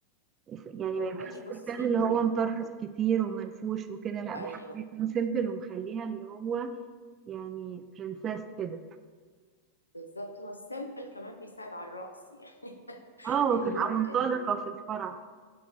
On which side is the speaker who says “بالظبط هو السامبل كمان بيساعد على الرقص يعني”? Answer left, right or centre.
Left